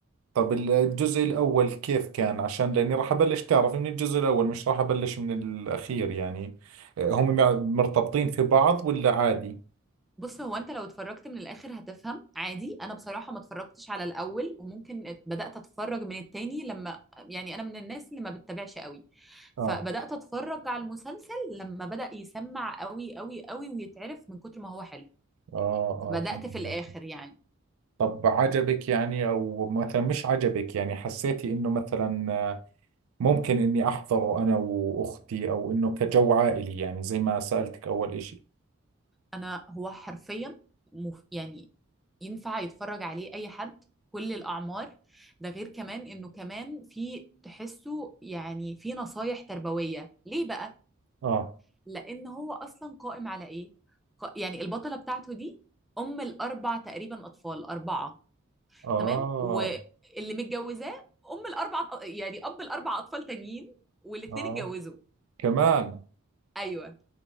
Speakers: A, on the right (about 85°); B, in the centre.
A: طب الجزء الأول كيف كان عشان لأني راح أبلش تعرف من الجزء الأول مش راح أبلش من الأخير يعني آه، هم مع- مرتبطين في بعض ولا عادي؟
B: بص هو انت لو اتفرجت من الاخر هتفهم عادي انا بصراحه ما اتفرجتش على الاول وممكن ات- بدات اتفرج من التاني لما يعني انا من الناس اللي ما بتتابعش قوي
A: آه
B: فبدات اتفرج على المسلسل لما بدا يسمع قوي قوي قوي ويتعرف من كتر ما هو حلو
A: آه
B: فبدات
A: آه فهمت
B: في الاخر
A: عليك
B: يعني
A: طب عجبك يعني أو مثلا مش عجبك يعني حسيتي إنه مثلا ممكن إني أحضره أنا وأختي أو إنه كجو عائلي يعني زي ما سألتك أول إشي
B: انا هو حرفيا مف... يعني ينفع يتفرج عليه اي حد كل الاعمار ده غير كمان انه كمان في تحسه يعني في نصايح تربويه ليه بقى
A: آه
B: لان هو اصلا قائم على ايه ق- يعني البطله بتاعته دي ام الاربع تقريبا اطفال اربعه
A: آه
B: تمام واللي متجوزاه ام الاربع أط- يعني اب الاربع اطفال تانيين والاتنين
A: آه
B: اتجوزوا
A: كمان
B: ايوه